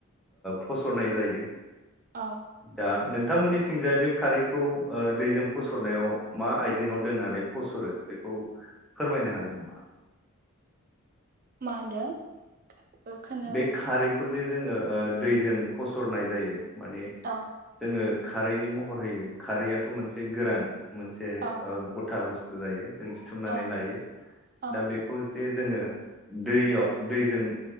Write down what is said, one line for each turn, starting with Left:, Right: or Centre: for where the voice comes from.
Centre: फसरनाय जायो
Right: औ
Centre: दा नों नोंथांमोननिथिंजाय बे खारैखौ ओ दैजों फसरनायाव मा आइजेंआव दोननानै फसरो बेखौ फोरमायनो हागोन नामा
Right: मा होनदों ओ खोनायाखै
Centre: बे खारैखौ जे जोङो ओ दैजों फसरनाय जायो माने
Right: औ
Centre: जोङो खारैनि महर होयो खारैयाथ' मोनसे गोरान मोनसे
Right: औ
Centre: ओ गथा बुस्थु जायो। जों सिथुमनानै
Right: औ
Centre: लायो
Right: औ
Centre: दा बेखौ। जे जोङो दैयाव दैजों।